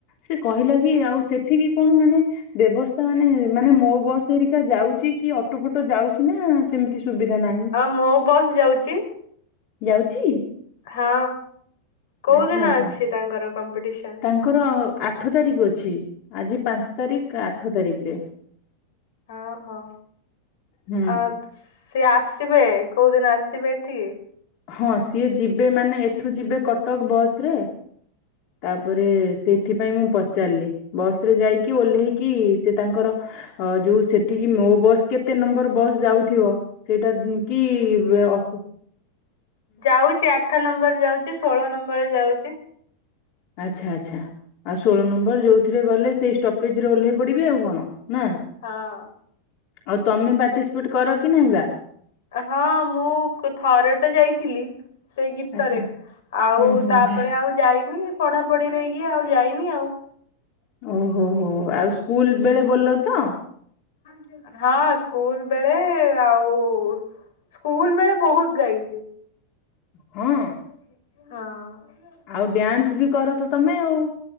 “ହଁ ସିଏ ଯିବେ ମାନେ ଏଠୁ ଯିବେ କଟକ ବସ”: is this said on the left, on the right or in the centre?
Left